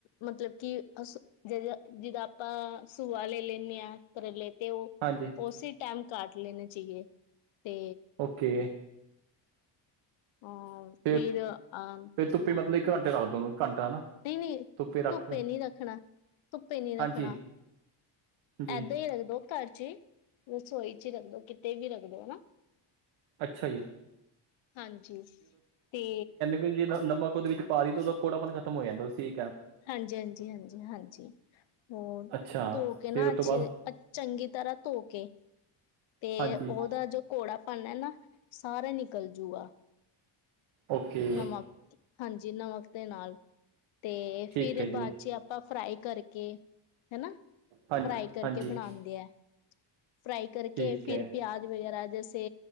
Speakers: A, on the left (about 70°); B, on the right (about 85°).
A: ਮਤਲਬ ਕਿ ਅਸ ਜ ਜਿਦਾਂ ਆਪਾਂ ਸੂਆ ਲੈ ਲੈਂਨੇ ਆ ਕਰੇਲੇ ਤੇ ਉ
B: ਹਾਂਜੀ।
A: ਉਸੀ ਟੈਮ ਕਾਟ ਲੈਣੇ ਚਹੀਏ ਤੇ
B: ਓਕੇ।
A: ਅ
B: ਅਤੇ
A: ਫਿਰ ਅਮ
B: ਫਿਰ ਧੁੱਪੇ ਮਤਲਬ ਇੱਕ ਘੰਟੇ ਰੱਖ ਦੋ ਨੂੰ, ਘੰਟਾ ਨਾ,
A: ਨਹੀਂ ਨਹੀਂ
B: ਧੁੱਪੇ ਰੱਖ ਕੇ
A: ਨਹੀਂ ਰੱਖਣਾ, ਧੁੱਪੇ ਨੀ ਰੱਖਣਾ,
B: ਹਾਂਜੀ ਜੀ
A: ਏਦਾਂ ਹੀ ਰੱਖ ਦੋ। ਘਰ ਚ ਹੀ, ਰਸੋਈ ਚ ਹੀ ਰੱਖਦੋ ਕਿਤੇ ਵੀ ਰੱਖਦੋ ਹਨਾ।
B: ਅੱਛਾ ਜੀ
A: ਹਾਂਜੀ। ਤੇ
B: ਤੇ ਜੇ ਨਾ ਨਮਕ ਉਦੇ ਵਿੱਚ ਪਾ ਦੀ ਤੇ ਉਦਾ ਕੌੜਾਪਨ ਖਤਮ ਹੋ ਜਾਂਦਾ ਸੀ
A: ਹਾਂਜੀ - ਹਾਂਜੀ, ਹਾਂਜੀ- ਹਾਂਜੀ ਹੋਰ
B: ਅੱਛਾ
A: ਤੋ ਕੇ ਨਾ
B: ਫਿਰ ਉਹ
A: ਅੱਛੇ
B: ਤੋਂ ਬਾਅਦ
A: ਅ ਚੰਗੀ ਤਰਾਂ ਤੋ ਕੇ, ਤੇ
B: ਹਾਂਜੀ
A: ਓਦਾ ਜੋ ਕੌੜਾ ਪਨ ਏ ਨਾ ਸਾਰਾ ਨਿਕਲ ਜੂਗਾ।
B: ਓਕੇ
A: ਨਮਕ, ਹਾਂਜੀ ਨਮਕ ਤੇ ਨਾਲ। ਤੇ
B: ਠੀਕ
A: ਫਿਰ
B: ਹੈ ਜੀ
A: ਬਾੱਚ ਆਪਾਂ ਫਰਾਈ ਕਰਕੇ ਹਨਾ
B: ਹਾਂਜੀ
A: ਫਰਾਈ ਕਰਕੇ
B: ਹਾਂਜੀ
A: ਬਨਾਂਦੇ ਐ। ਫਰਾਈ ਕਰਕੇ
B: ਠੀਕ
A: ਫਿਰ
B: ਹੈ
A: ਪਯਾਜ ਵਗੈਰਾ ਜੈਸੇ